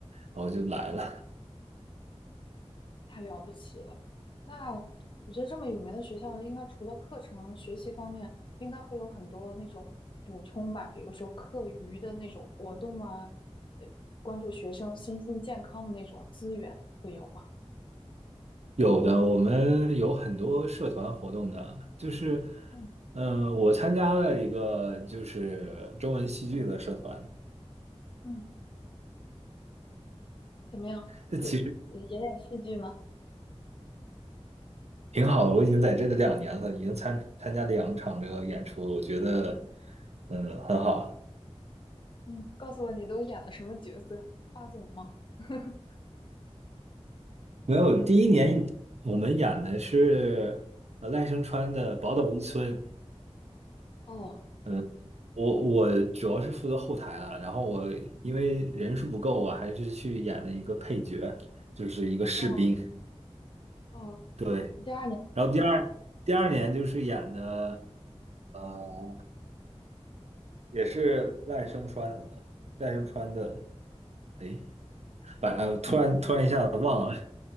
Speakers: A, on the right (about 75°); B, on the left (about 45°).
A: 然后就来了。
B: 嗯。太了不起了。那我觉得这么有名的学校，应该除了课程学习方面，应该会有很多那种补充吧，比如说课余的那种活动啊，呃，关注学生身心健康的那种资源会有吗？
A: 有的，我们有很多社团活动的，就是，
B: 嗯
A: 嗯、我参加了一个就是中文戏剧的社团，
B: 嗯，怎么样？
A: 这其实
B: 这演演戏剧吗？
A: 挺好的。我已经在这里两年了，已经参参加了两场这个演出了我觉得，嗯，很好。
B: 嗯，告诉我你都演了什么角色？霸总吗？<laughs>
A: 没有，第一年我们演的是呃赖声川的《宝岛一村》，
B: 哦
A: 嗯，我我主要是负责后台啊，然后我因为人数不够，我还是去演了一个配角，就是一个士兵，
B: 哦哦，
A: 对。
B: 第二年，
A: 然后第二第二年就是演的呃，也是赖声川，赖声川的，哎，反正突然突然一下子忘了，
B: 嗯。